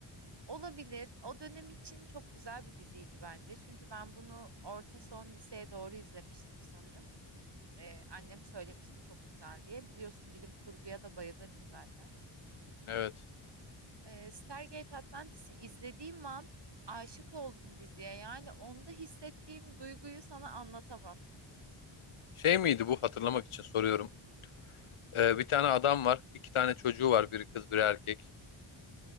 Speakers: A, on the right (about 55°); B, on the left (about 75°).
A: Olabilir. O dönem için çok güzel bir diziydi bence. Çünkü ben bunu orta son liseye doğru izlemiştim sanırım. Ee, annem söylemişti çok güzel diye. Biliyorsun bilim kurguya da bayılırım zaten.
B: Evet.
A: Ee, Stargate Atlantis'i izlediğim an aşık oldum diziye. Yani onda hissettiğim duyguyu sana anlatamam.
B: Şey miydi bu? Hatırlamak için soruyorum. Ee, bir tane adam var. iki tane çocuğu var. Biri kız, biri erkek.